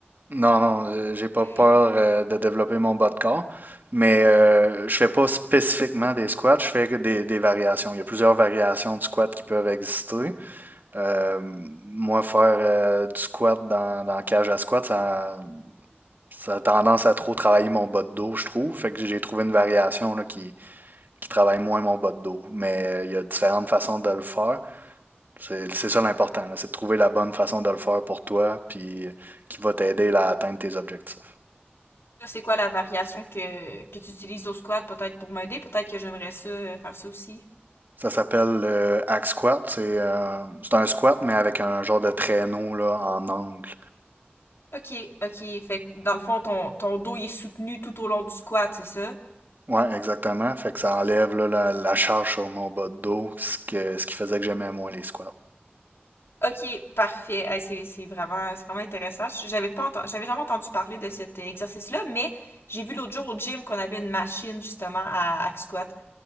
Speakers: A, on the right (about 50°); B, on the left (about 80°).
A: Non, non, euh, j'ai pas
B: <laughs>
A: peur euh, de développer mon bas de corps, mais euh, je fais pas spécifiquement des squats, je fais que des, des variations. Il y a plusieurs variations de squat qui peuvent exister. Euh, moi, faire euh, du squat dans, dans cage à squat, ça, ça a tendance à trop travailler mon bas de dos, je trouve. Fait que j'ai trouvé une variation là, qui, qui travaille moins mon bas de dos. Mais euh, il y a différentes façons de le faire. C'est c'est ça l'important, là, c'est de trouver la bonne façon de le faire pour toi, puis euh, qui va t'aider là, à atteindre tes objectifs.
B: Toi, c'est quoi la variation que, que tu utilises au squat peut-être pour m'aider? Peut-être que j'aimerais ça euh, faire ça aussi.
A: Ça s'appelle le hack squat. C'est euh, c'est un squat, mais avec un genre de traîneau là, en angle.
B: Ok, ok. Fait que dans le fond, ton, ton dos il est soutenu tout au long du squat, c'est ça?
A: Ouais, exactement. Fait que ça enlève là, la, la charge sur mon bas de dos, ce, que- ce qui faisait que j'aimais moins les squats.
B: Ok, parfait. Hey, c'est, c'est vraiment, c'est vraiment intéressant. J'avais pas entendu, j'avais jamais entendu parler de cet exercice-là, mais j'ai vu l'autre jour au gym qu'on avait une machine justement à hack squat.